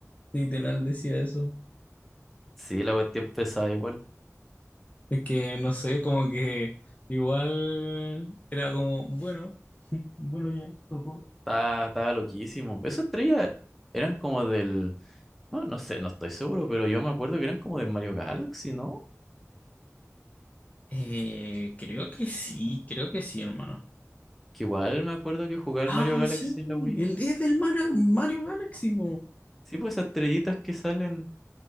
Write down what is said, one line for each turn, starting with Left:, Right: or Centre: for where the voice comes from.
Left: Literal decía eso.
Centre: Sí, la cuestión pesada igual,
Left: Es que no sé, como que igual era como, bueno, <laughs> bueno, ya tocó.
Centre: estaba, estaba loquísimo. Esas estrellas eran como del, no, no sé, no estoy seguro, pero yo me acuerdo que eran como del Mario Galaxy, ¿no?
Left: Eh, creo que sí, creo que sí, hermano.
Centre: Que igual me acuerdo que jugaba el
Left: Ah,
Centre: Mario Galaxy
Left: sí,
Centre: en la Wii.
Left: el, es del Mara- Mario Galaxy, po.
Centre: Sí, pues esas estrellitas que salen.